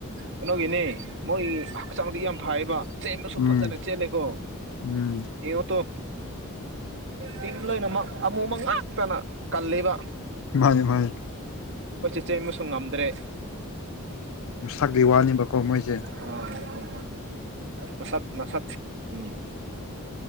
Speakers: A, on the right; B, on the left.
A: ꯀꯩꯅꯣꯒꯤꯅꯦ ꯃꯣꯏ ꯍꯛꯆꯥꯡꯁ ꯌꯥꯝ ꯐꯌꯦꯕ ꯆ ꯆꯩꯅꯁꯨ
B: ꯎꯝ
A: ꯐꯠꯇꯔ ꯆ ꯆꯩ ꯂꯦꯀꯣ
B: ꯎꯝ
A: ꯏꯉ ꯇ ꯇꯔꯝ ꯂꯣꯏꯅꯃꯛ ꯑꯃꯨꯃ ꯉꯥꯛꯇꯅ ꯀꯜꯂꯤꯕ
B: ꯐꯅꯤꯦ ꯐꯅꯤ
A: ꯆ ꯆꯩꯃꯁꯨ ꯉꯝꯗ꯭ꯔꯦ
B: ꯎꯝꯁꯥꯛꯤ ꯋꯥꯅꯦꯕꯀꯣ ꯃꯣꯏꯁꯦ
A: ꯑꯥ ꯑꯥ ꯃꯁꯛ ꯃꯁꯛ ꯎꯝ